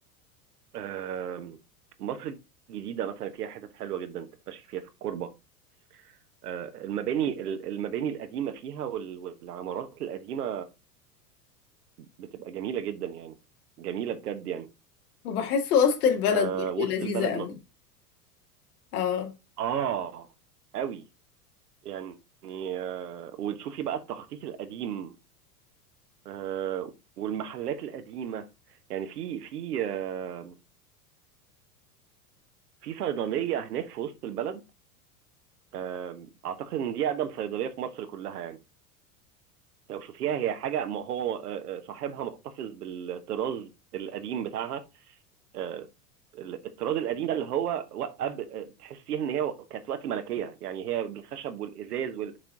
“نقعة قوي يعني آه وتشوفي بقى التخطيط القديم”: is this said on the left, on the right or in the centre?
Right